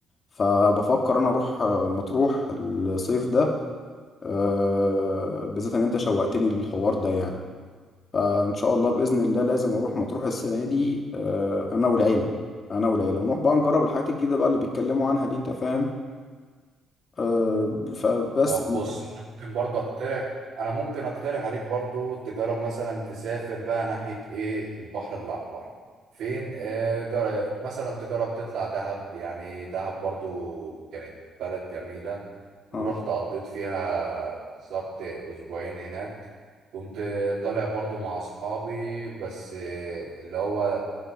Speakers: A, on the left; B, on the right.
A: فبفكر انا اروح آه، مطروح الصيف ده آه، بالذات ان انت شوقتني للحوار ده يعني فان شاء الله باذن الله لازم اروح مطروح السنة دي آه، انا والعيلة انا والعيلة ونروح بقى نجرب الحاجات الجديدة بقى اللي بيتكلموا عنها دي انت فاهم أه فبس
B: طب
A: يعني
B: بص
A: ده-
B: انا ممكن برضه اقترح انا ممكن اقترح عليك برضه تجرب مثلا تسافر بقى ناحية ايه البحر الاحمر فين آه جر... مثلا تجرب تطلع دهب يعني دهب برضه كانت بلد جميلة ورحت
A: اه
B: قضيت فيها بالظبط اسبوعين هناك كنت طالع برضه مع اصحابي بس آه، اللي هو